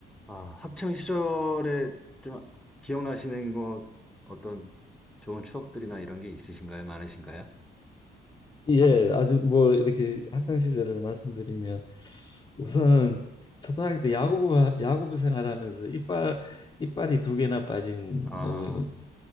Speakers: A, in the centre; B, on the left.
A: 아, 학창 시절에 좀 기억나시는 거 어떤 좋은 추억들이나 이런 게 있으신가요? 많으신가요?
B: 예, 아주 뭐 이렇게 학창 시절을 말씀드리면 우선 초등학교 때 야구부 야구부 생활하면서 이빨 이빨이 두 개나 빠진
A: 아,
B: 어,